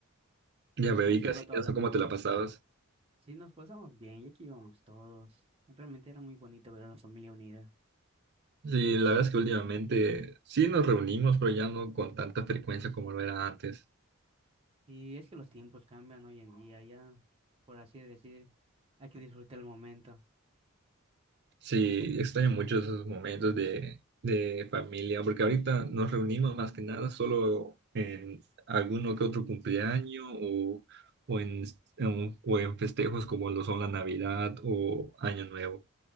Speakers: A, on the right; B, on the right.
A: Ya
B: Y
A: veo,
B: pues
A: y casi
B: iba toda
A: eso,
B: la familia.
A: ¿cómo te la pasabas?
B: Sí, nos pasamos bien, ya que íbamos todos. Realmente era muy bonito ver a la familia unida.
A: Sí, la verdad es que últimamente sí nos reunimos, pero ya no con tanta frecuencia como lo era antes.
B: Y es que los tiempos cambian hoy en día, ya, por así decir, hay que disfrutar el momento.
A: Sí, extraño mucho esos momentos de, de familia, porque ahorita nos reunimos más que nada solo en alguno que otro cumpleaños o, o, en, en- o en festejos como lo son la Navidad o Año Nuevo.